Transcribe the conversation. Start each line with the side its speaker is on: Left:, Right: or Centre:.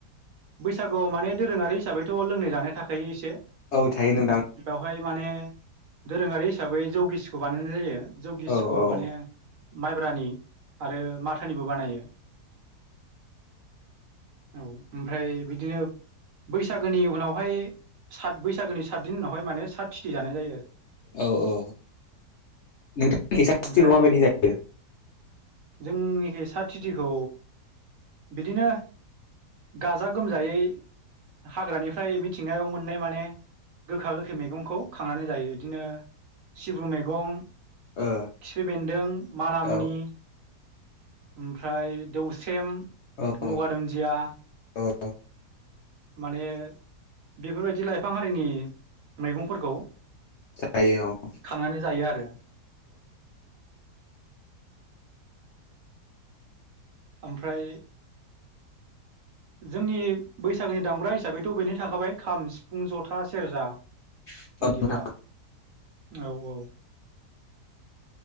Right: बैसागुआव माने दोरोङारि हिसाबैथ' लोंनाय जानाय थाखायो इसे।
Left: औ थायो नोंथां
Right: बेवहाय माने दोरोङारि हिसाबै जौगिसिखौ बानायनाय जायो। जौगिसिखौ
Left: औ औ
Right: माने माइब्रानि आरो माथ निबो बानायो औ ओमफ्राय बिदिनो बैसागोनि उनावहाय सात बैसागोनि सातदिन उनावहाय मानो सात थिथि जानाय जायो?
Left: औ औ नोंथांनि सातथिथिखौ
Right: ओमफ्राय
Left: माबायदि जायो?
Right: जोंनिखि सातटिटिखौ बिदिनो गाजा गोमजायै हाग्रानिफ्राय मिथिंगायाव मोननाय माने गोखा गोखै मैगंखौ खांनानै जायो इदिनो सिब्रु मेैगं
Left: ओ
Right: खिफि बेन्दों मानामुनि
Left: औ
Right: ओमफ्राय दौसेम
Left: औ
Right: मुगा दुन्दिया
Left: औ
Right: माने बेफोरबायदि लाइफां हारिनि मैगंफोरखौ
Left: जायो औ।
Right: खांनानै जायो आरो ओमफ्राय जोंनि बैसागोनि दामग्रा हिसाबैथ' बेनो थाखाबाय खाम सिफुं जथा सेरजा
Left: औ
Right: बायदिफोरा
Left: नोंथां
Right: औ औ